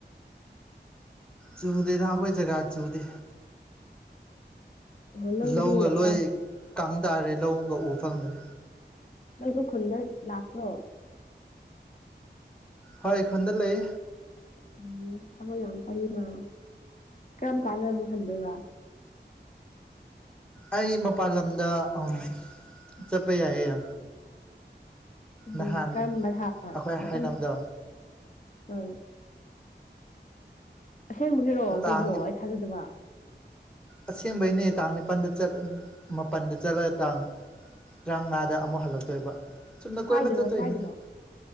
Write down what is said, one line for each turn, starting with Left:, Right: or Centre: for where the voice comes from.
Centre: ꯆꯨꯗꯦꯗ ꯑꯩꯈꯣꯏ ꯖꯒꯥ ꯆꯨꯗꯦ
Left: ꯑꯣ ꯅꯪꯗꯤ
Centre: ꯂꯧꯒ ꯂꯣꯏ
Left: ꯑꯥ
Centre: ꯀꯪꯇꯥꯥꯔꯦ ꯂꯧꯒ ꯎꯕ ꯐꯪꯗ꯭ꯔꯦ
Left: ꯅꯪꯗꯤ ꯈꯨꯜꯗ ꯂꯥꯛꯄ꯭ꯔꯣ
Centre: ꯍꯣꯏ ꯈꯨꯜꯗ ꯂꯩ
Left: ꯎꯝ ꯊꯕꯛ ꯌꯥꯝ ꯀꯟꯂꯤꯅꯥ ꯀꯔꯝ ꯀꯥꯟꯗ ꯑꯃꯨꯛ ꯍꯟꯗꯣꯏꯕ
Centre: ꯑꯩ ꯃꯄꯥꯟ ꯂꯝꯗ ꯑ ꯆꯠꯄ ꯌꯥꯏꯌꯦ
Left: ꯎꯝ
Centre: ꯅꯍꯥꯟ
Left: ꯀꯔꯝꯕ ꯊꯥꯗ
Centre: ꯑꯩꯈꯣꯏ
Left: ꯃꯊꯪ
Centre: ꯍꯥꯏꯅꯕꯗꯣ
Left: ꯊ ꯎꯝ ꯑꯁꯦꯡꯕꯒꯤꯔꯣ ꯑꯗꯨꯕꯣ
Centre: ꯇꯥꯡ
Left: ꯑꯩ ꯊꯥꯖꯗꯕ
Centre: ꯑꯁꯦꯡꯕꯩꯅꯦ ꯇꯥꯡ ꯅꯤꯄꯥꯜꯗ ꯆꯠꯂꯅꯤ ꯃꯥꯄꯜꯗ ꯆꯠꯂꯒ ꯇꯥꯡ ꯇꯔꯥꯃꯉꯥꯗ ꯑꯃꯨꯛ ꯍꯜꯂꯛꯇꯣꯏꯕ ꯆꯨꯝꯅ
Left: ꯁ꯭ꯋꯥꯏꯗꯔꯣ
Centre: ꯀꯣꯏꯕ ꯆꯠꯇꯣꯏꯅꯤꯗ
Left: ꯁ꯭ꯋꯥꯏꯗꯔꯣ